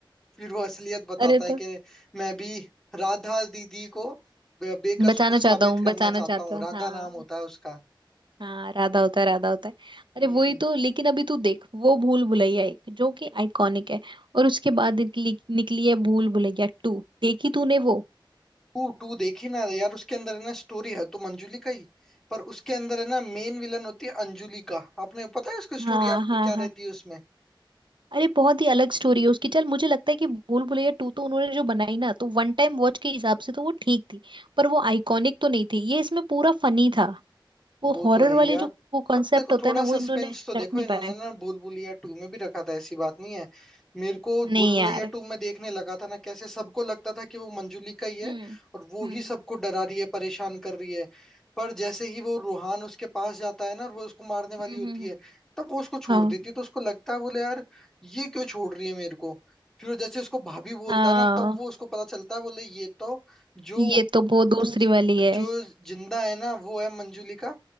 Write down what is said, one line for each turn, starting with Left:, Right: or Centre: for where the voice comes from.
Centre: फिर वो असलियत बताता
Right: अरे
Centre: है
Right: तो
Centre: कि मैं भी राधा दीदी को बे- बेकसूर
Right: बचाना
Centre: साबित
Right: चाहता हूँ बचाना
Centre: करना चाहता
Right: चाहता
Centre: हूँ
Right: हूँ
Centre: राधा
Right: हाँ
Centre: नाम होता है उसका
Right: हाँ राधा होता है राधा होता है अरे
Centre: हम्म
Right: वही तो लेकिन अभी तू देख वो भूल भुलैया एक जो कि आइकॉनिक है और उसके बाद निकली निकली है भूल भुलैया टू देखी तूने वो
Centre: टू टू देखी ना यार उसके अंदर है ना स्टोरी है तो मंजुली का ही पर उसके अंदर है ना मेन विलन होती है अंजुली का आपने पता है उसकी स्टोरी
Right: हाँ
Centre: आपको
Right: हाँ
Centre: क्या
Right: हाँ
Centre: रहती है उसमें
Right: अरे बहुत ही अलग स्टोरी है उसकी चल मुझे लगता है कि भूल भुलैया टू तो उन्होंने जो बनाई ना तो वन टाइम वॉच के हिसाब से तो वो ठीक थी पर वो आइकॉनिक तो नहीं थी ये इसमें पूरा फनी था वो
Centre: वो
Right: हॉरर
Centre: तो है ही
Right: वाले
Centre: यार
Right: जो वो कॉन्सेप्ट
Centre: पर देखो
Right: होता
Centre: थोड़ा
Right: है ना
Centre: सस्पेंस
Right: वो इन्होंने
Centre: तो देखो
Right: रख नहीं
Centre: इन्होंने
Right: पाया
Centre: ना भूल भुलैया टू में भी रखा था ऐसी बात नहीं है मेरे को
Right: नहीं
Centre: भूल भुलैया
Right: यार
Centre: टू में देखने लगा था ना कैसे सबको लगता था कि वो मंजुली का ही है
Right: हम्म
Centre: और वो
Right: हम्म
Centre: ही सबको डरा रही है परेशान कर रही है पर जैसे ही वो रूहान उसके पास जाता है ना और वो उसको मारने वाली
Right: हम्म
Centre: होती
Right: हम्म, हम्म।
Centre: है तब वो उसको छोड़
Right: हाँ
Centre: देती है तो उसको लगता है बोले यार ये क्यों छोड़ रही है मेरे को फिर जैसे उसको भाभी बोलता
Right: हाँ
Centre: है ना तब वो उसको पता चलता है बोले ये तो जो
Right: ये तो वो वो दूसरी
Centre: ज-
Right: वाली है
Centre: जो जिंदा है ना वो है मंजुलिका